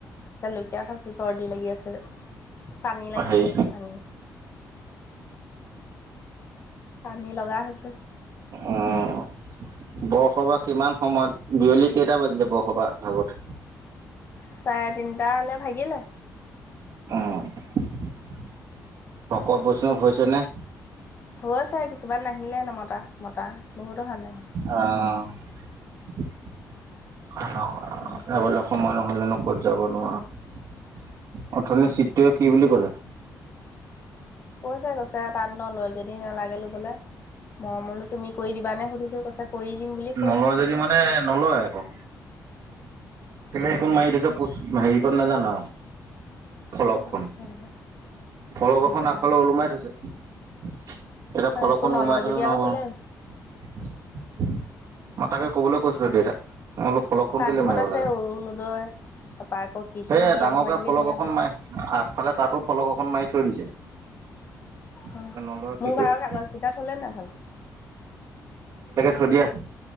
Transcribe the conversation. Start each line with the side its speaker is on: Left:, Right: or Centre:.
Left: জালুকীয়া সছ লাগি আছে। পানী লাগিছে
Right: হেৰি
Left: পানী -পানী লগা হৈছে।
Right: অহ ', বৰসবাহ কিমান সময়ত বিয়লি কেইটা বাজিলে বৰসবাহ ভাগতে।
Left: চাৰে তিনিটা হালে ভাগিলে।
Right: উম ', ভকত বৈষ্ণৱ হৈছেনে।
Left: হৈ আছে কিছুমান নাহিলে নমতা মতা বহুত অহা নাই
Right: অহ ', <inaudible> <unintelligible>
Left: ভকত
Right: যাবলৈ সময় নহ'লেনো ক'ত যাব নোৱাৰো অথনি চিতটে কি বুলি ক'লে।
Left: কৈছে কৈছে তাত নলয় যদি নেলাগে লবলে, মৰমলো তুমি কৰি দিব নে সুধিছো কৈছে কৰি দিম বুলি কৈছে
Right: নলয় যদি মানে নলয় আকৌ তে
Left: হেৰি
Right: সেইখন মাৰি থৈছ পচ হেৰি উপ নাজান
Left: কৰি
Right: ফলকখন, ফলক
Left: কি
Right: এখন
Left: কথা
Right: আফালে ওলোমাই থৈছে <inaudible> এতিয়া ফলকখন
Left: একো নলয়
Right: ওলমাই থলে
Left: যদি
Right: নহব
Left: আৰু কেলে
Right: মই তাকে কবলৈ কৈছিলো দেতাক, মই বোলো ফলকখন
Left: চাহ
Right: কেলে
Left: দোকান
Right: মাৰিব
Left: আছে
Right: লাগে
Left: অৰুণোদয় তাৰপা আকৌ কৃষি
Right: সেয়াই
Left: আৰু
Right: ডাঙৰকে
Left: কিবা কিবি
Right: ফলক
Left: ধেৰ
Right: এখন
Left: আছে
Right: মাৰি আগফালে তাতো ফলক এখন মাৰি থ দিছে
Left: মোৰ
Right: কিন্তু নলয় কি কৰিব
Left: বাৰৰ কাগজ কেইটা থলে না ভালকে
Right: থই দিয়া আছে